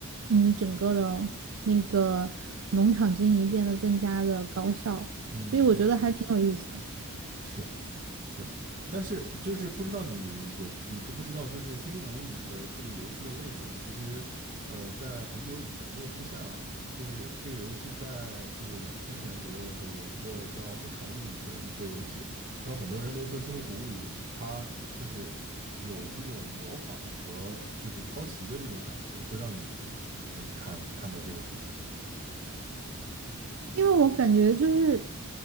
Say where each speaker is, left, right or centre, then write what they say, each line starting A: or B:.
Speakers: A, on the right (about 65°); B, on the right (about 40°).
A: 你整个的那个农场经营变得更加的高效，
B: 嗯，
A: 所以我觉得还挺有意思的。
B: 是。是，但是就是不知道你有你知不知道，就是《星露谷物语》的这个游戏的类型，其实呃在很久以前就出现了。就是这个游戏在这个两千年左右的时候，有一个叫《牧场物语》的一个游戏，然后很多人都说《星露谷物语》它就是有这种模仿和就是抄袭的这种感觉，不知道你怎么看看待这个事情呢？
A: 因为我感觉就是